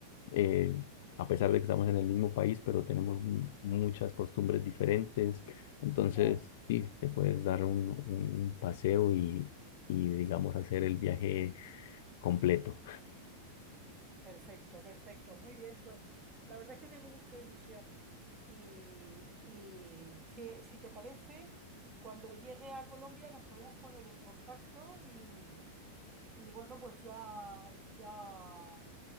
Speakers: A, on the left; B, on the right.
A: eh, a pesar de que estamos en el mismo país, pero tenemos mu- muchas costumbres diferentes. Entonces,
B: claro.
A: sí, te puedes dar un, un- un paseo y, y, digamos, hacer el viaje completo.
B: Perfecto, perfecto. Muy bien, pues la verdad es que tengo mucha ilusión. Y, y si, si te parece, cuando llegue a Colombia nos podemos poner en contacto y, y bueno, pues ya, ya,